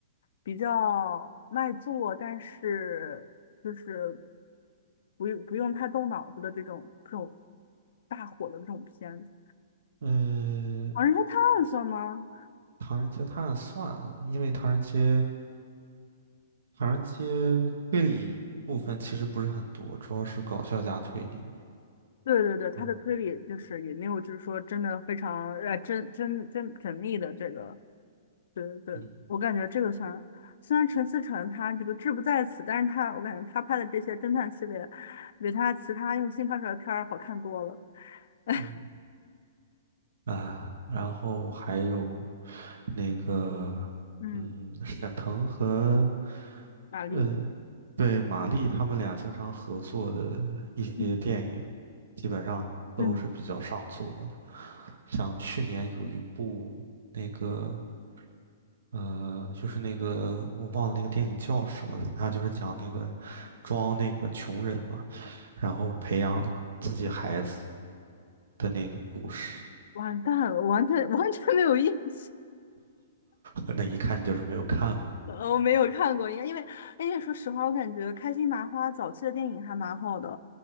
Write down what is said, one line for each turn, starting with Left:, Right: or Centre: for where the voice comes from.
Left: 比较卖座，但是就是不用不用太动脑子的这种这种大火的这种片子？
Right: 呃，
Left: 《狼人杀探案算》吗？
Right: 《唐人街探案》算，因为《唐人街》《唐人街》推理部分其实不是很多，主要是搞笑加推理。
Left: 对对对，他的推理就是也没有，
Right: 嗯
Left: 就是说真的非常呃，真真真缜密的这个。对对，
Right: 嗯
Left: 我感觉这个算，虽然陈思诚他这个志不在此，但是他我感觉他拍的这些侦探系列，比他其他用心拍出来的片儿好看多了。<laughs>
Right: 嗯啊，然后还有那个
Left: 嗯，
Right: 嗯，沈腾和
Left: 玛丽，
Right: 呃，对，马丽他们俩经常合作的一些电影，
Left: 嗯
Right: 基本上都是比较上座的。
Left: 嗯，
Right: 像去年有一部那个呃，就是那个我忘了那个电影叫什么了，他就是讲那个装那个穷人嘛，然后培养自己孩子的那个故事，
Left: 完蛋了，完全 <laughs> 完全没有印象，
Right: <laughs> 那一看就是没有看过。
Left: 呃我没有看过，应该因为因为说实话，我感觉开心麻花早期的电影还蛮好的，